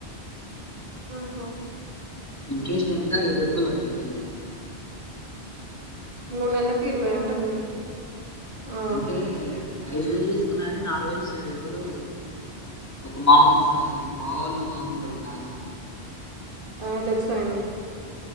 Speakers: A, on the right (about 50°); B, on the left (about 15°).
A: ఆహా
B: ఇంట్రెస్ట్ ఎంత ఇరవై రూపాయలు పడుతది గంతే
A: మూడు నెల్లకు ఇరవై అంటే ఆ
B: అంటే ఐదు వేలు తీసుకున్నా గాని నాలుగు వేయిలు చి ఎవలు ఒక మావున్ స్ బావోళ్ళ మావుంటడు ఒక అన్న
A: ఆ తెలుసు అయినే